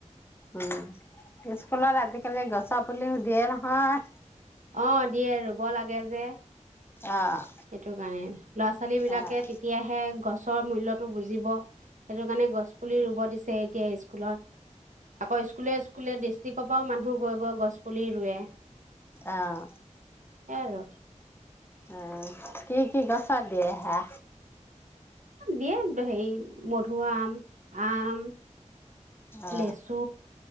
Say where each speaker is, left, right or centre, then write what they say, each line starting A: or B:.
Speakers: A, on the left (about 20°); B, on the right (about 75°).
A: উম। স্কুলত আজিকালি গছ পুলিও দিয়ে নহয়
B: অ দিয়ে বল লে যে
A: অ',
B: সেইটো কাৰণে ল'ৰা ছোৱালী বিলাকে
A: অ',
B: তেতিয়াহে গছ চৰ মূল্যতটো বুজিব সেইটো কাৰণে গছ পুলি ৰুব দিছে এতিয়া স্কুলত আকৌ স্কুলে স্কুলে ৰাতি কপাও মানুহ গৈ গৈ গছ পুলি ৰুৱে
A: আহ
B: স আৰু
A: উ কি কি গছা দিয়ে আহে
B: দিয়াত হেৰি মধুআম আম
A: অ
B: লেচু